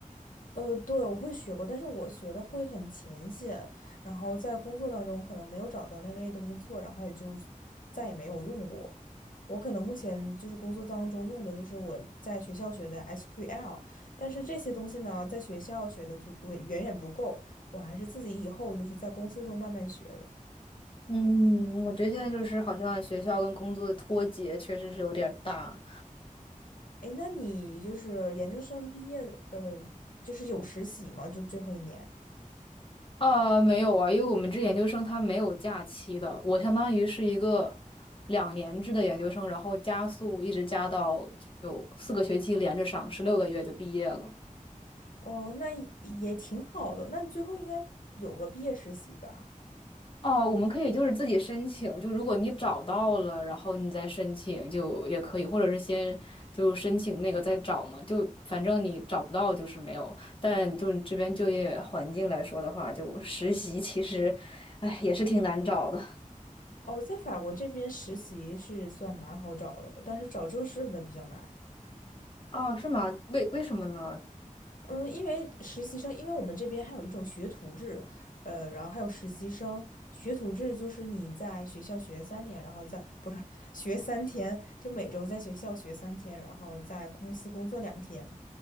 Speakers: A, on the left; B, on the left.
A: 呃，对，我会学过，但是我学的会很浅显，然后在工作当中可能没有找到那类的工作，然后也就再也没有用过。我可能目前就是工作当中用的就是我在学校学的 SQL，但是这些东西呢，在学校学的足我远远不够，我还是自己以后就是在公司中慢慢学的。
B: 嗯，我觉得现在就是好像学校跟工作的脱节确实是有点儿大。
A: 诶，那你就是研究生毕业的，呃，就是有实习吗？就最后一年？
B: 啊，没有啊，因为我们这研究生他没有假期的，我相当于是一个两年制的研究生，然后加速一直加到有四个学期连着上，十六个月就毕业了。
A: 哦，那也也挺好的，那你最后应该有个毕业实习吧？
B: 哦，我们可以就是自己申请，就如果你找到了，然后你再申请就也可以，或者是先就申请那个再找嘛，就反正你找不到就是没有。但就你这边就业环境来说的话，就实习其实，哎，也是挺难找的。
A: 哦，在法国这边实习是算蛮好找的，但是找正式的比较难。
B: 哦，是吗？为为什么呢？
A: 嗯，因为实习生，因为我们这边还有一种学徒制，呃，然后还有实习生。学徒制就是你在学校学三年，然后在，不是，<laughs> 学三天，就每周在学校学三天，然后在公司工作两天。